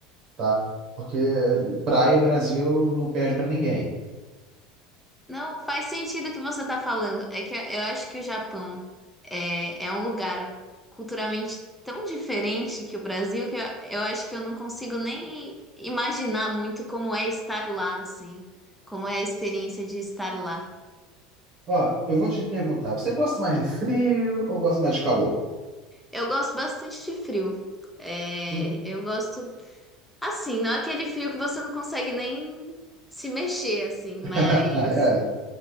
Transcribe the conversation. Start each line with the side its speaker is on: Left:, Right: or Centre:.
Right: tá? Porque praia Brasil não perde pra ninguém.
Centre: Não, faz sentido o que você está falando. É que eu acho que o Japão é, é um lugar culturalmente tão diferente que o Brasil que eu, eu acho que eu não consigo nem imaginar muito como é estar lá, assim, como é a experiência de estar lá.
Right: Ó, eu vou te perguntar, você gosta mais de frio ou gosta mais de calor?
Centre: Eu gosto bastante de frio. É,
Right: Hum,
Centre: eu gosto, assim, não é aquele frio que você não consegue nem se mexer, assim, mas.
Right: <laughs> É,